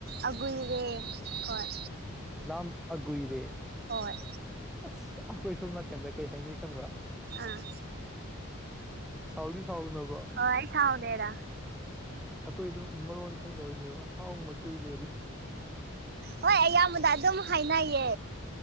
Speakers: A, on the right; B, in the centre.
A: ꯑꯒꯣꯏꯔ ꯍꯣꯏ
B: ꯂꯝ ꯑꯒꯏꯔꯦ
A: ꯍꯣꯏ
B: ꯑꯁ ꯑꯩꯈꯣꯏ ꯁꯣꯝ ꯅꯥꯀꯟꯗ ꯀꯩ ꯍꯥꯏꯅꯩ ꯈꯪꯕ꯭ꯔꯥ?
A: ꯑꯥ
B: ꯁꯥꯎꯗꯤ ꯁꯥꯎ ꯅꯕꯣ
A: ꯍꯣꯏ ꯁꯥꯎꯗꯦꯔ
B: ꯑꯩꯈꯣꯏꯗꯣ ꯃꯔꯣꯟ ꯈꯪꯗꯕꯅꯦꯕ ꯍꯥꯎ ꯃ ꯀꯨꯏꯅꯦ
A: ꯍꯣꯏ ꯑꯌꯥꯝꯕꯗ ꯑꯗꯨꯝ ꯍꯥꯏꯅꯩꯌꯦ